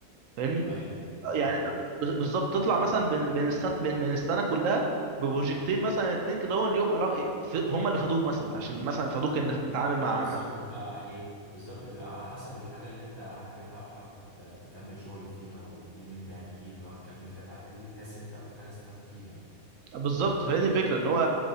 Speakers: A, on the right (about 65°); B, on the left (about 20°).
A: فاهمني
B: ايوه بالظبط
A: يعني
B: اه
A: انت بت- بالظبط تطلع مثلا بين بين السنه بين بين السنه كلها ببروجكتين مثلا اتنين كده هو ليهم علاقة- ف- هم اللي فادوك مثلا عشان مثلا فادوك انك تتعامل مع
B: ايوه بالظبط انت يعني بالظبط بتبقى على حسب الحاجه اللي انت حاببها وحابب آه، تكمل شغل فيها ودي اللي انت يعني ايه اللي هو هتكمل فيها بعد كده دي تحس ان انت اكتر حاجه استفدت فيها يعني
A: بالظبط فهي دي الفكره ان هو